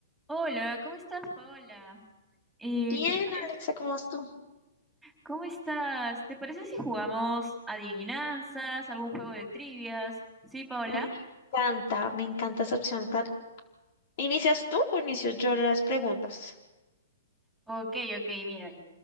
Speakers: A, in the centre; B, on the left.
A: Hola, ¿cómo estás, Paola? Eh,
B: Bien,
A: ¿te parece?
B: Alexa, ¿cómo vas tú?
A: ¿Cómo estás? ¿Te parece si jugamos adivinanzas, algún juego de trivias? ¿Sí, Paola?
B: Me encanta, me encanta esa opción. Claro. ¿Inicias tú o inicio yo las preguntas?
A: Ok, ok, mira,